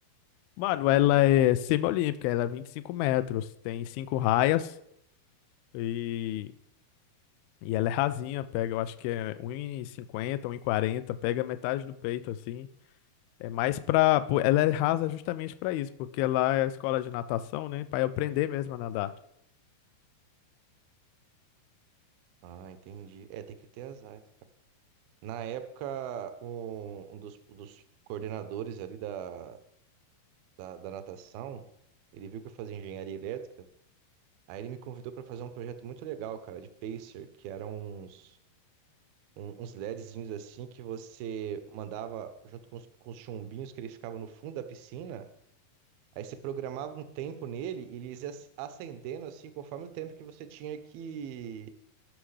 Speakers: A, on the left; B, on the right.
A: Mano, ela é semi-olímpica, ela é 25 metros, tem cinco raias e, e ela é rasinha, pega, eu acho que é um um 1,50, quarenta. pega metade do peito, assim. É mais pra. pô, Ela é rasa justamente pra isso, porque lá é a escola de natação, né? Pra eu aprender mesmo a nadar.
B: Ah, entendi. É, tem que ter as áreas, cara. Na época, um, um dos, um dos coordenadores ali da, da, da natação, ele viu que eu fazia engenharia elétrica, aí ele me convidou para fazer um projeto muito legal, cara, de pacer, que eram uns, um- uns LEDzinhos assim que você mandava junto com os, com os chumbinhos que eles ficavam no fundo da piscina, aí você programava um tempo nele e eles ia ac- acendendo assim conforme o tempo que você tinha que